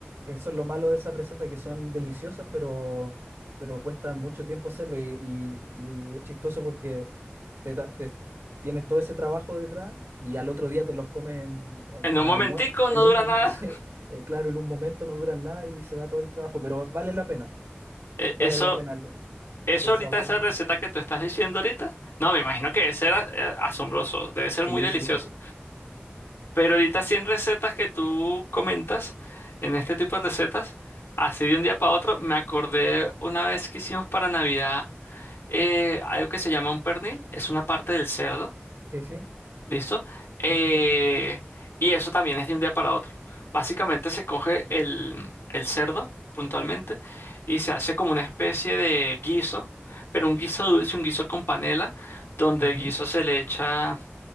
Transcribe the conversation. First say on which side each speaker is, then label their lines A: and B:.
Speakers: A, on the right; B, on the left.
A: eso es lo malo de esas recetas que son deliciosas, pero, pero cuesta mucho tiempo hacerlo y, y- y es chistoso porque te, da- te- tienes todo ese trabajo detrás y al otro día te los comes en, en,
B: En un
A: al
B: momentico
A: almuer- en
B: no dura
A: un mom-
B: nada.
A: <laughs> sí, eh, claro, en un momento no duran nada y se va todo el trabajo, pero vale la pena,
B: Eh,
A: vale
B: eso,
A: la pena el,
B: eso
A: el
B: ahorita,
A: sabor.
B: esa receta que tú estás diciendo ahorita, no, me imagino que debe ser a- eh, asombroso, debe ser
A: Sí,
B: muy delicioso.
A: sí,
B: Pero ahorita 100 recetas que tú comentas, en este tipo de recetas, así de un día para otro, me acordé una vez que hicimos para Navidad. eh, algo que se llama un pernil, es una parte del cerdo,
A: sí, sí,
B: ¿listo? Eh,
A: sí, sí, sí.
B: y eso también es de un día para otro. Básicamente se coge el, el cerdo, puntualmente, y se hace como una especie de guiso, pero un guiso dulce, un guiso con panela, donde
A: Ujú,
B: el guiso se le echa